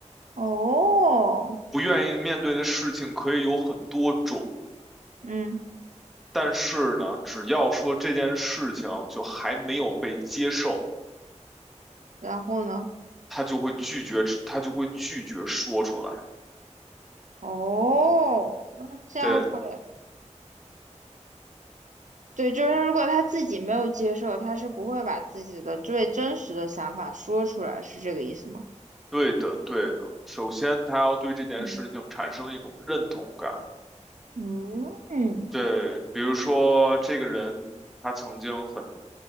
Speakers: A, on the right; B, in the centre.
A: 哦，
B: 不愿意面对的事情可以有很多种，
A: 嗯，
B: 但是呢，只要说这件事情就还没有被接受，
A: 然后呢？
B: 他就会拒绝，他就会拒绝说出来。
A: 哦，那这样会，
B: 对，
A: 对，就是如果他自己没有接受，他是不会把自己的最真实的想法说出来，是这个意思吗？
B: 对的，对的。首先，他要对这件事情产生一种认同感。
A: 嗯，嗯嗯
B: 对，比如说这个人他曾经很